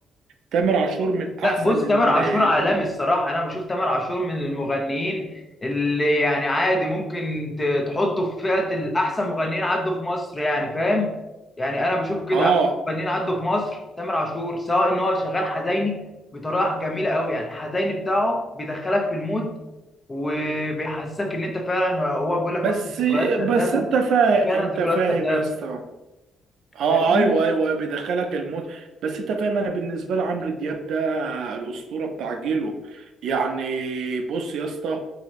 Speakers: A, on the right; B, on the left.
A: تامر عاشور من
B: لا
A: احسن
B: بص
A: ال
B: تامر عاشور
A: ال-
B: عالمي الصراحة أنا بشوف تامر عاشور من المغنيين اللي يعني عادي ممكن ت- تحطه في فئة الأحسن مغنيين عدوا في مصر يعني فاهم يعني أنا بشوفه كده
A: اه
B: أحسن مغنيين عدوا في مصر تامر عاشور سواء إن هو شغال حزيني بطريقة جميلة أوي يعني الحزيني بتاعه بيدخلك في المود وبيحسسك إن أنت فعلا هو بيقول لك
A: بس
B: مثلا ذكريات كدابة
A: بس انت فاهم
B: فعلا
A: انت
B: ذكريات
A: فاهم
B: كدابة
A: يا اسطى اه
B: فاهمني
A: ايوه ايوه أيوة، بيدخلك المود بس انت فاهم انا بالنسبة لي عمرو دياب ده الاسطوره بتاع جيله يعني بص يا اسطى